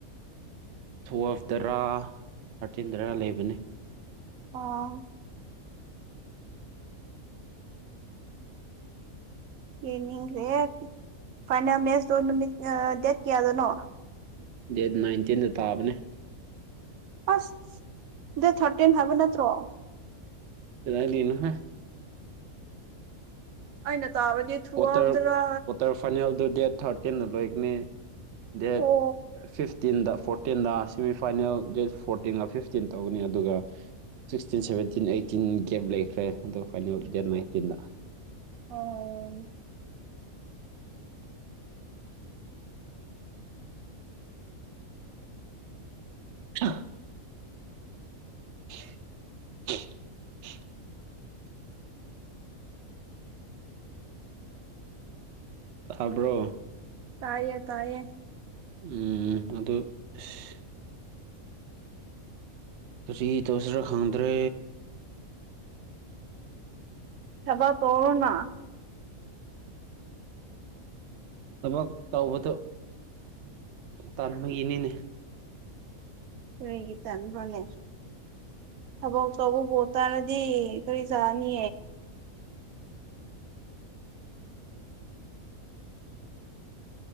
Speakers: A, on the right; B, on the right.
A: ꯇꯨꯌꯦꯜꯐꯇꯔ ꯊꯥꯔꯇꯤꯟꯗꯔꯥ ꯂꯩꯕꯅ
B: ꯑꯣ ꯌꯦꯅꯤ꯭ꯔꯦ ꯐꯥꯏꯅꯜ ꯃꯦꯁ ꯅꯨꯃꯤ ꯗꯦꯠ ꯀꯌꯥꯎꯗꯅꯣ
A: ꯗꯦꯠ ꯅꯥꯏꯟꯇꯤꯟꯗ ꯇꯥꯕꯅꯦ
B: ꯑꯁ ꯗꯦꯠ ꯊꯥꯔꯇꯤꯟ ꯍꯥꯏꯕ ꯅꯠꯇ꯭ꯔꯣ
A: ꯀꯗꯥꯏꯗꯒꯤꯅꯣ ꯍꯦ
B: ꯑꯩꯅ ꯇꯥꯕꯗꯤ ꯊꯨꯋꯥꯝꯗꯔꯥ
A: ꯀ꯭ꯋꯥꯇꯔ ꯀ꯭ꯋꯥꯇꯔ ꯐꯥꯏꯅꯦꯜꯗꯨ ꯗꯦꯠ ꯊꯥꯔꯇꯤꯟꯗ ꯂꯣꯏꯒꯅꯤ ꯗꯦꯠ
B: ꯑꯣ
A: ꯐꯤꯐꯇꯤꯟꯗ ꯐꯣꯔꯇꯤꯟꯗ ꯁꯤꯃꯤꯐꯥꯏꯅꯦꯜ ꯗꯦꯠ ꯐꯣꯔꯇꯤꯟꯒ ꯐꯤꯐꯇꯤꯟ ꯇꯧꯒꯅꯤ ꯑꯗꯨꯒ ꯁꯤꯛꯁꯇꯤꯟ ꯁꯚꯦꯟꯇꯤꯟ ꯑꯩꯇꯤꯟ ꯒꯦꯞ ꯂꯩꯈ꯭ꯔꯦ ꯑꯗꯣ ꯐꯥꯏꯅꯦꯜ ꯗꯦꯠ ꯅꯥꯏꯟꯇꯤꯟꯗ
B: ꯎꯝ
A: ꯀ <inaudible> ꯊꯥꯕ꯭ꯔꯣ
B: ꯇꯥꯏꯌꯦ ꯇꯥꯏꯌꯦ
A: ꯎ ꯑꯗꯣ ꯑꯁ ꯀꯔꯤ ꯇꯧꯁꯤꯔꯥ ꯈꯪꯗ꯭ꯔꯦ
B: ꯊꯕꯛ ꯇꯧꯔꯣꯅ
A: ꯊꯕꯛ ꯇꯧꯕꯗꯣ ꯇꯥꯟꯕꯒꯤꯅꯤꯅꯦ
B: ꯀꯔꯤꯒꯤ ꯇꯟꯕꯅꯦ ꯊꯕꯛ ꯇꯧꯕꯕꯨ ꯇꯜꯂꯗꯤ ꯀꯔꯤ ꯆꯥꯅꯤ꯫